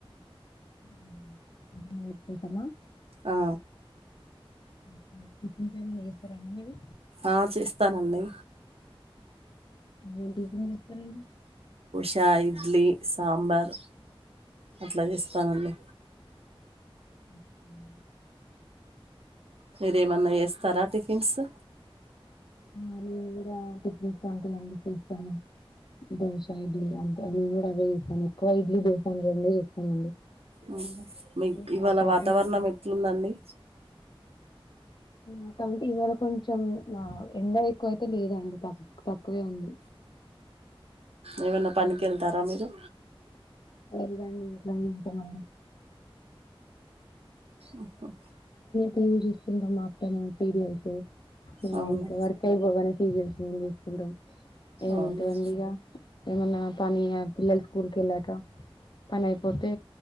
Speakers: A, on the left (about 50°); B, on the right (about 80°).
A: <unintelligible>
B: ఆ
A: ఓకే టిపున్స్ ఏమన్నా జెస్తారండీ మీరు
B: ఆ చేస్తానండి
A: ఏం టిఫిన్ జేస్తరండీ
B: శా ఇడ్లీ సాంబార్ అట్ల జెస్తానండి
A: ఉహు
B: మీరు ఏమన్నా ఏస్తారా టిఫిన్సు
A: ఆ నేను గుడ టిపిన్స్ అంతేనండి చేస్తాను దోశ ఇడ్లీ అంటే అ గూడా అవే చేస్తాను ఎక్కువ ఇడ్లీ దోశ అవి రెండే చేస్తానండి
B: అవునా మీక్
A: ఇంకా
B: ఇవాళ
A: అప్పుడప్పుడు
B: వాతావరణం
A: ఉప్మా
B: ఎట్లుందండి
A: ఆ కంటి ఇవాళ కొంచం మా ఎండ ఎక్కువయి తే లేదండి పాపం తక్కువే ఉంది
B: ఏమన్నా పనికి
A: రెగ్యులర్
B: ఎళ్తారా
A: కాదు.
B: మీరు
A: లేదండి ఇంట్లోనే ఉంటామండి
B: ఓహొ
A: టీవిజూసుకుంట మా అత్తమ్మ సీరియల్స్ ఇంగ
B: అవునా
A: <unintelligible> <unintelligible> ఏముంటాందండి
B: అవునా
A: ఇగ ఏమన్నా పని పిల్లలు స్కూల్ కెళ్ళాక పని అయిపోతే